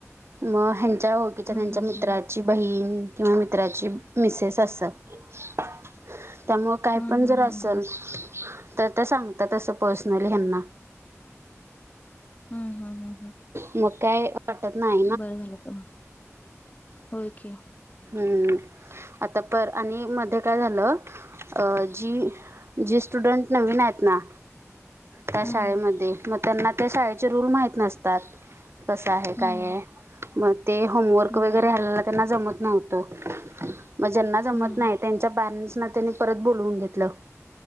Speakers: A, on the right; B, on the left.
A: मग, ह्यांच्या ओळखीच्या
B: हं,
A: त्यांच्या
B: हं,
A: मित्राची
B: हं.
A: बहीण किंवा मित्राची मिसेस असतात. त्यामुळ काय
B: हं,
A: पण
B: हं,
A: जर असेल
B: हं, हं.
A: तर त्या सांगतात तसं पर्सनली ह्यांना.
B: हम्म हम्म हम हम
A: म काय वाटत नाय.
B: बरं झालं का नाय होयकी.
A: हम्म आता पर आणि मध्ये काय झालं अ जी जी स्टुडन्ट नवीन आहेत ना त्या
B: हम्म
A: शाळेमध्ये मग त्यांना त्या शाळेचे रूल माहित नसतात. कसं आहे
B: हम्म
A: काय ये मग ते होमवर्क
B: हम्म
A: वगैरे ह्याला त्यांना जमत नव्हतं मग ज्यांना जमत
B: हम्म
A: नाय, त्यांच्या परेंसना त्यांनी परत बोलवून घेतलं.